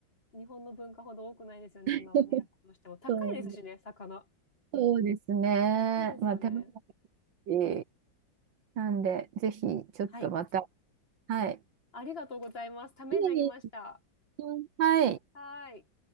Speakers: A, on the left (about 30°); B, on the right (about 70°).
A: 日本の文化ほど多くないですよね、
B: <laughs>
A: 今はね。やっぱどうしても高いですしね、
B: そう、
A: 魚。
B: そうですね。
A: そうですよね。
B: まあ、手間もかかるしなんで、ぜひ、ちょっとまた。
A: はい。
B: はい。
A: ありがとうございます。ためになりました。
B: いえいえはい。
A: はーい。